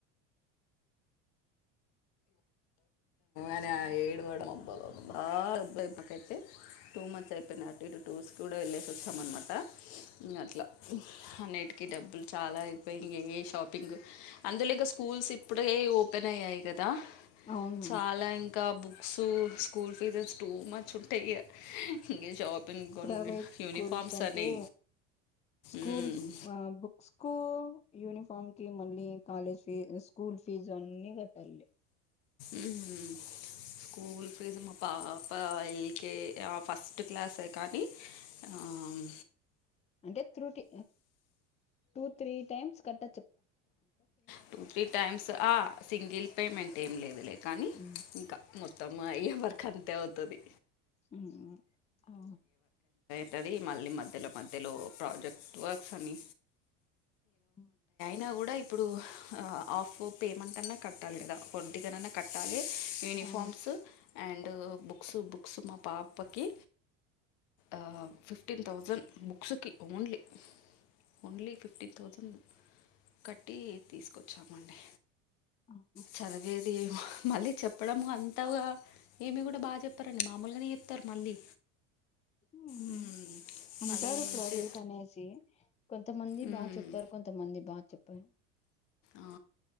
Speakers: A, on the left; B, on the left.
A: అని ఆ ఏడవడం అబ్బబ్బ మాకైతే టూ మంత్స్ అయిపోయి టు ఇటు టూర్స్ కూడా వెళ్లేసి వచ్చాం అన్నమాట ఇంగర్ల అన్నిటికిీ డబ్బులు చాలా అయిపోయి ఇంగ ఏ షాపింగ్ అందులో ఇంకా స్కూల్స్ ఇప్పుడయి ఓపెన్ అయ్యాయి కదా
B: అవును
A: చాలా ఇంకా book so school fees too much ఉంట యే నే షాపింగ్ కొని
B: ప్రైవేట్
A: యూనిఫార్మ్స్
B: స్కూల్స్ అంటే
A: అని
B: స్కూల్స్
A: మ్మ్.
B: ఆ బుక్స్కు యూనిఫార్మ్ కీ మళ్ళీ కాలేజ్ ఫీ స్కూల్ ఫీజు అన్ని గట్టాల్లి
A: ఊహు స్కూల్ ఫీజు మొ పాపా ఎల్ కే ఆ ఫస్ట్ క్లాసే కానీ ఆమ్
B: అంటే త్రు టీ టూ త్రీ టైమ్స్ కట్ట
A: టూ త్రీ టైమ్స్ ఆ సింగిల్ పేమెంట్ ఏం లేదులే కానీ
B: ఉమ్
A: ఇంక మొత్తం అయ్యే వర్క్ అంతే అవుతది
B: ఊ ఉ ఆ ఆ
A: టది మళ్ళీ మధ్యలో మధ్యలో ప్రాజెక్ట్ వర్క్స్ అని
B: హ
A: నా గూడా ఇప్పుడు ఆ ఆఫ్ పేమెంట్ అన్నా కట్టాల్ గదా ఒంటిగనన్నా కట్టాలి యూనిఫార్మ్స్
B: అవును
A: అండ్ బుక్స్ బుక్స్ మా పాపకి ఆ ఫిఫ్టీన్ థౌజన్ బుక్సు కి ఓన్లీ ఓన్లీ ఫిఫ్టీన్ థౌసన్ కట్టీ తీసుకొచ్చామండి
B: ఆహా
A: చదివేది ఏమొ మళ్ళీ చెప్పడము అంతగా ఏమి గుడా బా చెప్పరండి మామూలుగానే చెప్తారు మళ్ళీ
B: ఊహు
A: మ్మ్.
B: అంటారు
A: మళ్ళీ మంచి
B: ప్రైవేట్ అనేసి కొన్ తమంది
A: మ్మ్.
B: బా చెప్తారు కొంతమంది బా చెప్పరు
A: ఆ,